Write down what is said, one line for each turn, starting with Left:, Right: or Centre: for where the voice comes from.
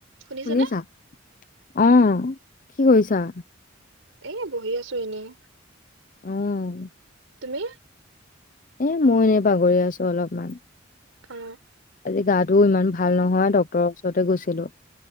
Right: শুনিছেনে?
Left: শুনিছা, অ কি কৰিছ <unintelligible>
Right: এ বহি আছো এনেই।
Left: উম।
Right: <unintelligible> মি
Left: এ মই এনে বাগৰি আছো অলপমান।
Right: অ
Left: আজি গাটো ইমান ভাল নহয় ড্ক্তৰৰ ওচৰতে গৈছিলো।